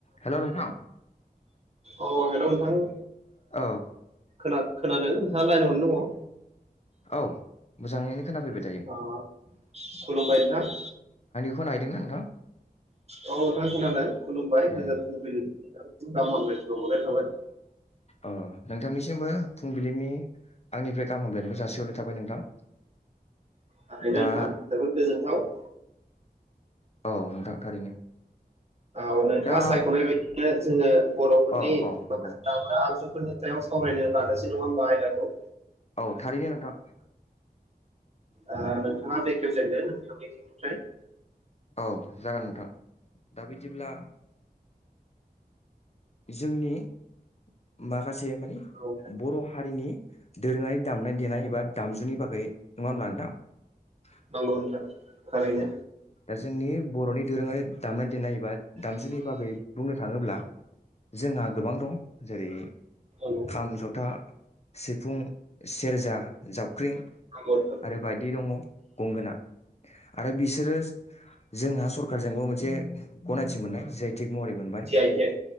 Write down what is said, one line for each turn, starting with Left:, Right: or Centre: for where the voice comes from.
Left: Hello नोंथां
Right: औ hello नोंथां।
Left: ओ
Right: खोना खोनादों नोंथाङा लाइनावनो दङ
Left: औ मोजाङैनो खोनाफैबाय दायो
Right: ओ खुलुबाय नोंथां।
Left: खौनाहैदों ना नोंथां?
Right: औ नोंथां खोनादों खुलुमबाय
Left: ए
Right: गोजोन फुंबिलि। गाहाम हामलायनाय बावहरनाय थाबाय।
Left: ओ नोंथांनिसिमबो फुंबिलिनि आंनिफ्राय गाहाम हामलायनायखौ जासिहरनाय थाबाय नोंथां।
Right: थारैनो
Left: दा
Right: नोंथां जोबोद गोजोन्थाव।
Left: औ नोंथां थारैनो।
Right: औ नोंथाङा
Left: दा
Right: सायखनाय बायदि नो जोङो बरफोरनि
Left: औ औ नंगौ
Right: माखासे दामग्रा आगजु फोरनि सायाव सावरायनो लानोसै नङा होमबा आयदाखौ।
Left: औ थारैनो नोंथां।
Right: ओह नोंथाङा बेखेवजेनदो नोंथांनिथिंनिफ्राय।
Left: औ जागोन नोंथां दा बिदिब्ला जोंनि माख माखासे माने
Right: औ
Left: बर हारिनि दोरोङारि दामनाय देनाय एबा दामजुनि बागै नङा होनब्ला नोंथां।
Right: नंगौ नोंथां। थारैनो
Left: औ दा जोंनि बरनि दोरोङारि दामनाय देनाय एबा दामजुनि बागै बुंनो थाङोब्ला जोंहा गोबां दं जेरै
Right: नंगौ
Left: खाम जथा सिफुं सेरजा जाबख्रिं
Right: नंगौ नोंथां
Left: आरो बायदि दङ गंगोना आरो बिसोरो जोंहा सरखारजोंबो मोनसे गनायथि मोननाय जाय थिग महरै मोनबाय
Right: जि आइ टेक